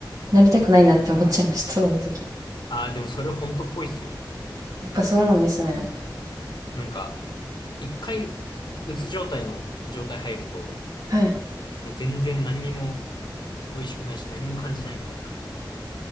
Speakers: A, on the right; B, on the left.
A: なりたくないなって思っちゃいました、その時。
B: ああ、でもそれ本当っぽいっすよ。
A: やっぱそうなんですね。
B: なんか、一回、うつ状態の状態入ると、
A: はい。
B: もう全然何にも美味しくないし何も感じないみたいな。